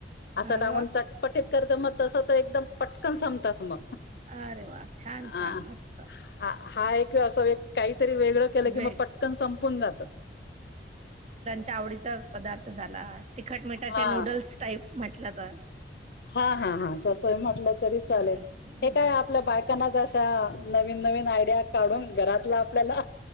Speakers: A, on the left; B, on the right.
A: असं
B: अरे
A: टाकून
B: वाह!
A: चटपटीत. करतर मग, तस तर एकदम पटकन संपतात मग,
B: अरे वा! छान
A: हा
B: छान मस्त.
A: हा हा एक असं काही तरी वेगळं केलं कि,
B: वेग
A: मग पटकन संपून जात.
B: चावडीचा पदार्थ झाला, तिखट मिठाचे
A: हा
B: नूडल्स टाईप म्हटलं तर
A: हा हा हा तस म्हटलं तरी
B: हम्म,
A: चालेल हे काय
B: बरं
A: आपल्या बायकांना जास हा नवीन नवीन आयडिया काढून. घरातला आपल्याला